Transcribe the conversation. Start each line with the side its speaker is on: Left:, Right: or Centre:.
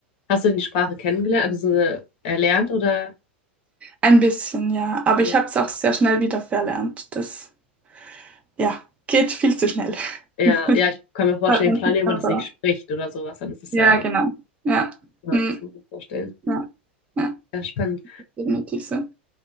Left: Hast du die Sprache kennengelernt, also so, äh, erlernt oder?
Right: Ein bisschen, ja. Aber
Left: Ja.
Right: ich habe es auch sehr schnell wieder verlernt. Das, ja, geht viel zu schnell.
Left: Ja,
Right: <laughs>
Left: ja, ich kann mir vorstellen,
Right: Bald man
Left: vor
Right: sich
Left: allem, wenn
Right: aber-
Left: man das nicht spricht oder sowas, dann ist es
Right: Ja,
Left: ja,
Right: genau. Ja.
Left: ja,
Right: Mm,
Left: das kann ich mir vorstellen.
Right: ja, ja,
Left: Ja, spannend.
Right: definitiv so.